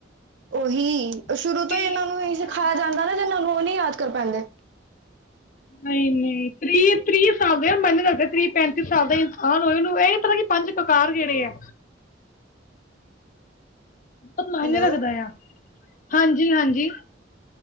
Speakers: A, on the right (about 65°); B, on the left (about 45°).
A: ਉਹੀ ਸ਼ੁਰੂ
B: ਤ੍ਰੀ
A: ਤੋਂ ਹੀ ਇਹਨਾਂ
B: ਹਾਂ,
A: ਨੂੰ ਸਿਖਾਇਆ ਜਾਂਦਾ, ਨਾ ਜਨਾਂ ਨੂੰ ਉਹ ਨਹੀਂ ਯਾਦ ਕਰ ਪੈਂਦੇ।
B: ਨਹੀਂ-ਨਹੀਂ ਤੀਹ ਤ੍ਰੀਹ ਸਾਲ ਦੇ ਮੰਨ ਦੱਸਦੇ, ਤੀਹ ਪੈਂਤੀ ਸਾਲ ਦਾ ਇਨਸਾਨ ਹੋਏ, ਉਹਨੂੰ ਇਹ ਪਤਾ ਕੀ। ਪੰਜ ਕਕਾਰ ਕਿਹੜੇ ਆ। ਬਹੁਤ ਮਾਹਿਨੇ
A: ਹੈਲੋ
B: ਰੱਖਦਾ ਆ, ਹਾਂਜੀ-ਹਾਂਜੀ।